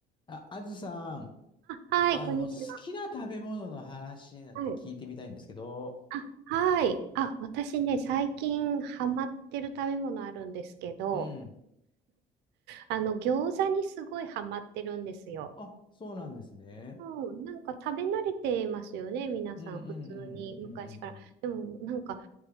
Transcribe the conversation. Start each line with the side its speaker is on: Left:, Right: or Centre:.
Left: あ、あずさん、
Right: あ、はい、
Left: あの、
Right: こんにちは。
Left: 好きな食べ物の話なんて聞いてみたいんですけど。
Right: はい。あ、はい。あ、私ね、最近ハマってる食べ物あるんですけど、
Left: うん。
Right: あの、餃子にすごいハマってるんですよ。
Left: あ、そうなんですね。
Right: うん、なんか食べ慣れてますよね、皆さん、
Left: うんうんうんうんうんうんうん。
Right: 普通に、昔から。でも、なんか、